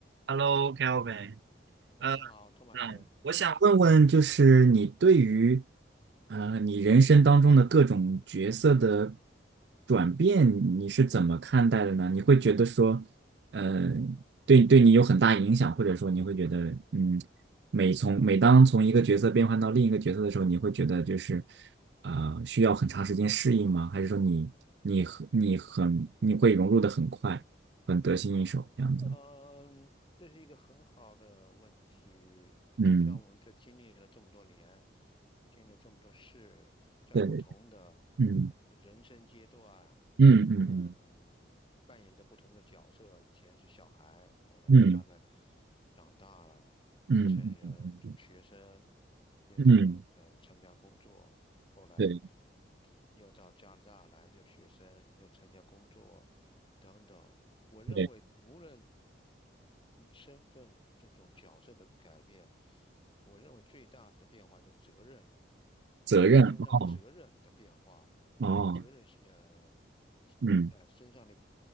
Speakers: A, on the right; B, on the left.
A: Hello，Kelvin，
B: 嗨，
A: 呃，
B: 你好，托马斯，
A: 嗯，
B: 你好。
A: 想问问，就是你对于呃你人生当中的各种角色的转变，你是怎么看待的呢？你会觉得说，呃，对对你有很大影响，或者说你会觉得，嗯，每从每当从一个角色变换到另一个角色的时候，你会觉得就是呃需要很长时间适应吗？还是说你你很你很你会融入的很快，很得心应手这样子？
B: 嗯，这是一个很好的问题。
A: 嗯，
B: 像我们这经历了这么多年，经历了这么多事，在不同的
A: 对，嗯。
B: 人生阶段，
A: 嗯嗯
B: 嗯，扮演着不同的角色。以前是小孩，后来是慢慢
A: 嗯
B: 长大了，变成人，
A: 嗯嗯嗯
B: 从学生变成呃参加工作，
A: 嗯，嗯嗯
B: 后来
A: 对
B: 又到加拿大来，又学生，又参加工作，等等。我认为无论
A: 对，
B: 嗯身份这种角色的改变，我认为最大的变化就是责任
A: 责任哦
B: 身上的责任的变化，
A: 哦，
B: 呃，责任是呃这呃身上的
A: 嗯